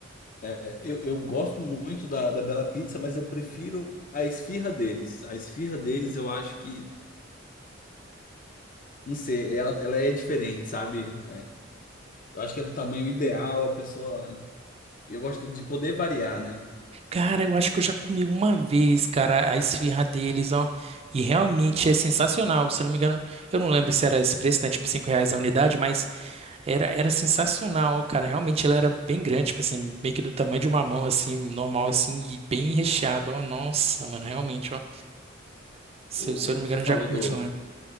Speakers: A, on the left; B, on the right.
A: É, eu, eu gosto muito da, da Bela Pizza, mas eu prefiro a esfirra deles. A esfirra deles, eu acho que, não sei, ela, ela é diferente, sabe? Eu acho que é do tamanho ideal, a pessoa. e Eu gosto de poder variar, né?
B: Cara, eu acho que eu já comi uma vez, cara, a esfirra deles, ó. E realmente é sensacional. Se eu não me engano, eu não lembro se era esse preço, né? Tipo, 5 reais a unidade, mas era, era sensacional, cara. Realmente ela era bem grande, tipo assim, meio que do tamanho de uma mão, assim, normal, assim, e bem recheado, ó. Nossa, mano, realmente, ó. Se,
A: O...
B: eu se eu não
A: Você
B: me engano,
A: falou
B: eu já comi
A: do.
B: de lá.